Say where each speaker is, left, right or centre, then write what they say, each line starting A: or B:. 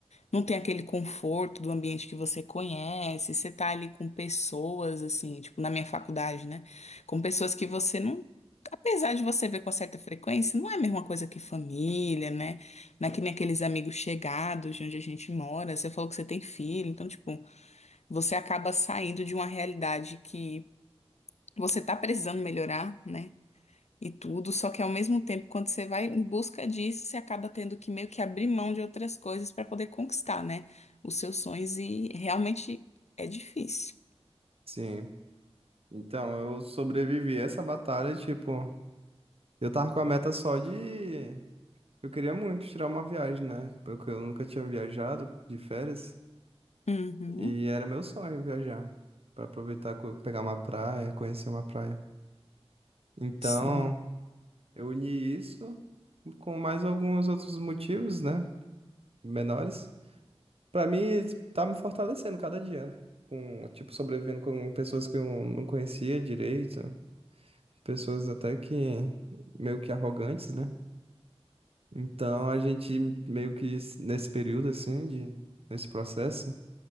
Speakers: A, on the left; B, on the right.
A: Não tem aquele conforto do ambiente que você conhece, você tá ali com pessoas, assim, tipo na minha faculdade, né? Com pessoas que você não. Apesar de você ver com certa frequência, não é a mesma coisa que família, né? Não é que nem aqueles amigos chegados de onde a gente mora. Você falou que você tem filho, então, tipo, você acaba saindo de uma realidade que você tá precisando melhorar, né? e tudo, só que ao mesmo tempo, quando você vai em busca disso, você acaba tendo que meio que abrir mão de outras coisas para poder conquistar, né, os seus sonhos e realmente é difícil.
B: Sim. Então, eu sobrevivi a essa batalha, tipo. Eu tava com a meta só de. Eu queria muito tirar uma viagem, né? Porque eu nunca tinha viajado de férias.
A: Uhum,
B: E era meu sonho viajar. Pra aproveitar, co- pegar uma praia, conhecer uma praia. Então,
A: sim.
B: eu uni isso com mais alguns outros motivos, né? Menores. Pra mim, tá me fortalecendo cada dia, né? Com, tipo, sobrevivendo com pessoas que eu não conhecia direito. Pessoas até que meio que arrogantes, né? Então a gente meio que s- nesse período assim, de, nesse processo,